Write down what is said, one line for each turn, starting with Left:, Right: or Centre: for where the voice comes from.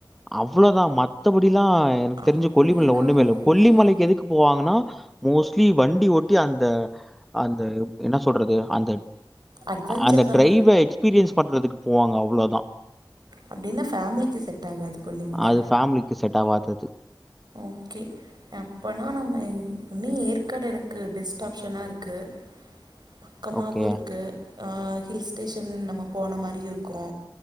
Centre: அவ்ளோதா மத்த படி ல்ல எனக்கு தெரிஞ்சு
Right: அப்படின்னா
Centre: கொல்லிமலை ஒண்ணுமேல கொல்லிமலைக்கு
Right: ம்
Centre: எதுக்கு போவாங்கன்னா மோஸ்ட்லி வண்டி ஓட்டி அந்த அந்த என்ன சொல்றது அந்த
Right: அட்வென்ச்சர்க்காக
Centre: அந்த டிரைவ எக்ஸ்பீரியன்ஸ் பண்றதுக்கு போவாங்க அவ்ளோதா
Right: அப்டின்னா ஃபமிலிக்கு செட் ஆகாது கொல்லிமலை
Centre: அது ஃபேமிலிக்கு செட் ஆவாதது.
Right: ஓகே அப்பனா நம்ம இன்னி ஏற்காடு எனக்கு பெஸ்ட் ஆப்ஷனா இருக்கு பக்கமாவு
Centre: ஓகே.
Right: இருக்கு அ ஹில் ஸ்டேஷன் நம்ம போன மாரியு இருக்கு